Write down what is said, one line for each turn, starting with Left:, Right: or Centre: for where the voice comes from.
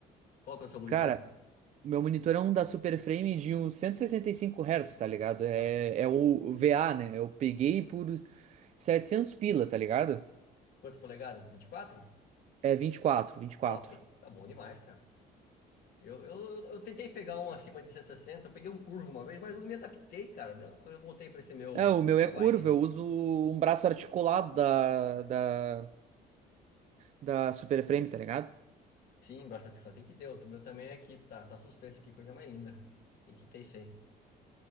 Left: Qual que é o seu monitor?
Right: Cara, meu monitor é um da Super Frame de uns 165 Hz, tá ligado? É,
Left: Nossa.
Right: é o VA, né? Eu peguei por 700 pila, tá ligado?
Left: Quantas polegadas? vinte e quatro
Right: É vinte vinte e quatro, vinte e quatro.
Left: Top, tá bom demais, cara. Eu, eu, eu tentei pegar um acima de 160, eu peguei um curvo uma vez, mas eu não me adaptei, cara. Deu- Eu, voltei para esse meu
Right: É, o meu
Left: ultrawide
Right: é curvo,
Left: ali.
Right: eu uso um braço articulado da, da, da Super Frame, tá ligado?
Left: Sim, bastante flat. Tem que ter, o meu também é aqui, tá, tá suspenso, que coisa mais linda. Tem que ter isso aí.